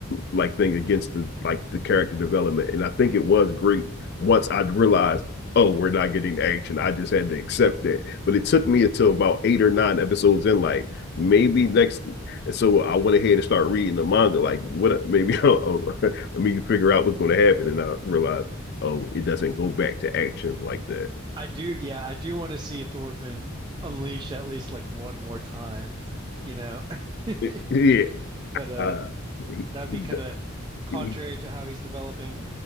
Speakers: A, on the left; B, on the right.
A: like thing against the like the character development. And I think it was great once I realized, oh, we're not getting action. I just had to accept that. But it took me until about eight or nine episodes in, like maybe next. And so I went ahead and started reading the manga. Like what? <laughs> Maybe oh, oh, <laughs> let me figure out what's going to happen. And I realized, oh, it doesn't go back to action like that.
B: I do. Yeah, I do want to see Thorfinn unleash at least like one more time, you know. <laughs>
A: It, <laughs> yeah.
B: But uh,
A: Uh, he,
B: that would
A: he,
B: be kind of contrary
A: he,
B: to how he's developing.